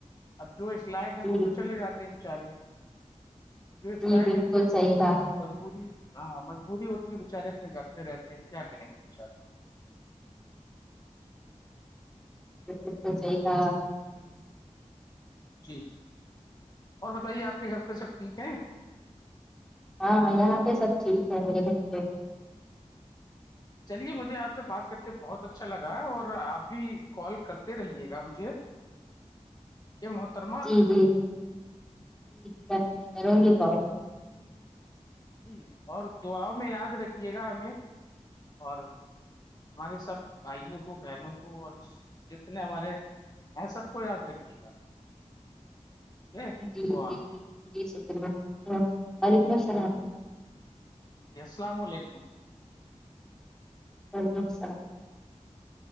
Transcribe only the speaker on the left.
اب جو اس لائق ہیں
وہ تو چلے جاتے ہیں بچارے جو اس
لائق
نہیں ہے تو
وہ تو
ان کی مجبوری ہاں مجبوری ہوتی یہ بیےچارے اپنے گھر پہ رہتے ہیں کیا کریں گے بچارے
جی اور بتائیے آپ کے گھر پہ سب ٹھیک ہیں
چلیے مجھے آپ سے بات کر کے بہت اچھا لگا اور آپ بھی کال کرتے رہیے گا مجھے
مہترم
جی اور دعاؤ میں یاد رکھیے گا ہمیں اور ہمارے سب بھائیوں کو بہنوں کو اور جتنے ہمارے ہیں سب کو یاد رکھیے گا ٹھیک ہے
دعا
السلام علیکم